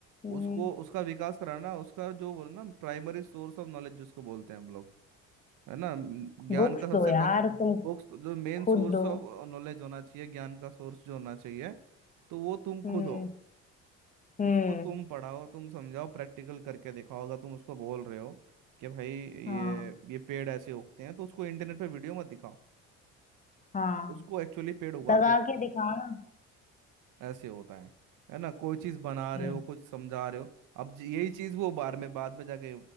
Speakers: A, on the left (about 25°); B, on the right (about 70°).
A: हम्म
B: उसको उसका विकास कराना उसका जो बोलो ना प्राइमरी सोर्स ऑफ नॉलेज जिसको बोलते हैं हम लोग है ना म, ज्ञान
A: बुक्स
B: का सबसे
A: दो यार
B: पह-
A: तुम
B: बुक्स जो मेन
A: खुद
B: सोर्स
A: दो
B: ऑफ नॉलेज होना चाहिए ज्ञान का सोर्स जो होना चाहिए तो वो तुम
A: हम्म
B: खुद हो
A: हम्म
B: उसको तुम पढ़ाओ तुम समझाओ प्रैक्टिकल करके दिखाओ अगर तुम उसको बोल रहे हो कि भाई ये
A: हाँ
B: ये पेड़ ऐसे उगते हैं तो उसको इंटरनेट पे वीडियो मत दिखाओ
A: हाँ
B: उसको एक्चुअली पेड़ उगा
A: लगा
B: के बताओ
A: के दिखाओ ना
B: ऐसे होता है है ना कोई चीज बना रहे
A: ये
B: हो कुछ समझा रहे हो अब ज- यही चीज वो बार में बाद में जाके